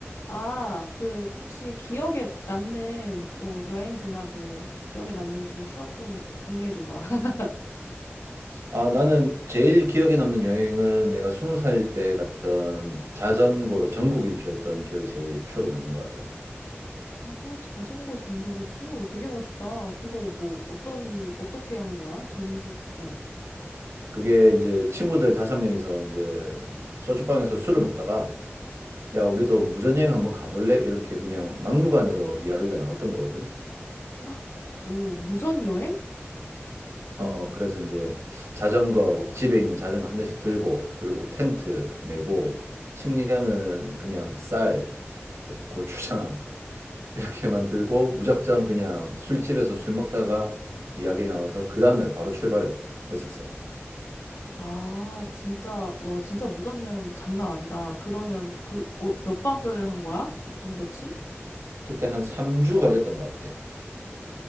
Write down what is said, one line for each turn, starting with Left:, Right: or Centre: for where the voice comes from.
Left: 아, 그 혹시 기억에 남는 뭐 여행지나 뭐 기억에 남는 좀 추억 좀 공유해 줘 봐. <laughs>
Right: 아, 나는 제일 기억에 남는 여행은 내가 스무 살 때 갔던 자전거로 전국 일주했던 기억이 제일 추억에 남는 것 같아.
Left: 아, 자전거 전국 일주 되게 멋있다. 그거 뭐 어떤 어떻게 한 거야? 전국 어.
Right: 그게 이제 친구들 다섯 명이서 이제 소주방에서 술을 먹다가 야, 우리도 무전여행 한번 가볼래? 이렇게 그냥 막무가내로 이야기가 나왔던 거거든.
Left: <gasps> 오, 무전 여행?
Right: 어,
Left: 음.
Right: 어, 그래서 이제 자전거, 집에 있는 자전거 한 대씩 들고, 그리고 텐트 메고, 식량은 그냥 쌀, 고추장, 이렇게 만들고 무작정 그냥 술집에서 술 먹다가 이야기 나와서 그 다음날 바로 출발했었어.
Left: 아, 진짜 와, 진짜 무전 여행 장난 아니다. 그러면 그 어, 몇 박을 한 거야? 보통 며칠?
Right: 그때 한 3주 걸렸던 것 같아.